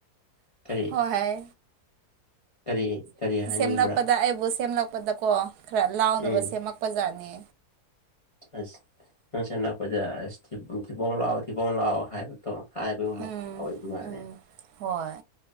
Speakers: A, on the left; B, on the right.
A: ꯀꯔꯤ <unintelligible>
B: ꯍꯣꯏ ꯍꯣꯏ
A: ꯀꯔꯤ ꯍꯥꯏꯅꯤꯡꯕ꯭ꯔꯥ
B: ꯁꯦꯝꯂꯛꯄꯗ ꯑꯩꯕꯨ ꯁꯦꯝꯂꯛꯄꯗꯀꯣ ꯈꯔ ꯂꯥꯎꯅꯕ
A: ꯎꯝ
B: ꯁꯦꯝꯃꯛꯄꯖꯥꯠꯅꯤ
A: ꯑꯁ ꯅꯨꯡꯁ ꯅꯛꯄꯗ ꯑꯁ ꯊꯤꯕꯣꯡ ꯂꯥꯛꯑꯣ ꯊꯤꯕꯣꯡ ꯂꯥꯛꯑꯣ ꯍꯥꯏꯕꯗꯣ ꯍꯥꯏꯕꯒꯨꯝꯃ
B: ꯎꯝ
A: ꯑꯣꯏꯕ ꯃꯥꯂꯦ
B: ꯎꯝ ꯍꯣꯏ